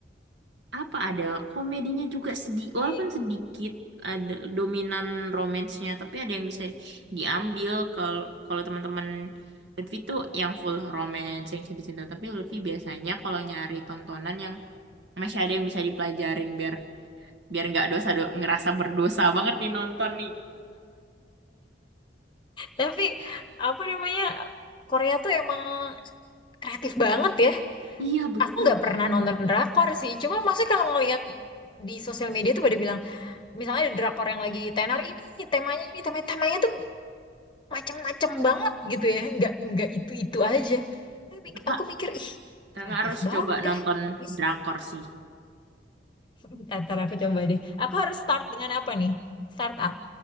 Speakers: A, on the right; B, on the left.
A: apa ada komedinya juga sedih
B: Tapi-
A: walaupun sedikit ada dominan romansnya tapi ada yang bisa diambil kalau kalau teman-teman Lutfi tuh yang full romance yang cinta-cinta tapi Lutfi biasanya kalau nyari tontonan yang masih ada yang bisa dipelajarin biar biar nggak dosa do- ngerasa berdosa banget nih nonton nih.
B: Tapi apa namanya Korea tuh emang kreatif banget ya.
A: Iya betul.
B: Aku nggak pernah nonton drakor sih. Cuma maksudnya kalau ngelihat di sosial media tuh pada bilang, misalnya ada drakor yang lagi tenar ini temanya ini temanya temanya tuh macem-macem banget gitu ya nggak nggak itu itu aja Aku mik-
A: Kakak,
B: aku mikir ih
A: kakak
B: kreatif
A: harus
B: banget
A: coba nonton
B: ya terus
A: drakor sih.
B: <laughs> ntar ntar aku coba deh aku harus start dengan apa nih startup